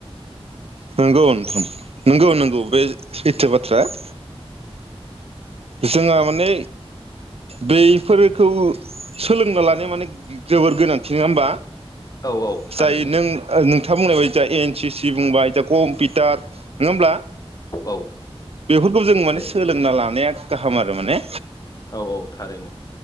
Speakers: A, on the right (about 70°); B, on the left (about 35°).
A: नंगौ नोंथां नंगौ नंगौ बे सैथो बाथ्रा । जोंहा माने बैफोरखौ सोलोंना लानाया माने जोबोर गोनांथि नोङा होमबा ।
B: औ औ थारैनो
A: जाय नों-नों थां बुंनाय बायदि एन सि सि बुंबाय जा कमपिटार नोङा होमब्ला
B: औ
A: बेफोरखौ जों माने
B: दे
A: सोलोंना लानाया गाहाम आरो माने
B: औ औ थारैनो